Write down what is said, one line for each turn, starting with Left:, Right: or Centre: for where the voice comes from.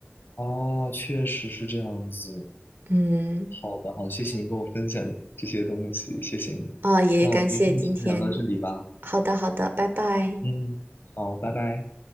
Left: 啊，确实是这样子。
Right: 嗯。
Left: 好的，好，谢谢你跟我分享这些东西，谢谢你。
Right: 啊，也感谢今天。
Left: 那我们今天就先聊到这里吧。
Right: 好的，好的，拜拜。
Left: 嗯，好，拜拜。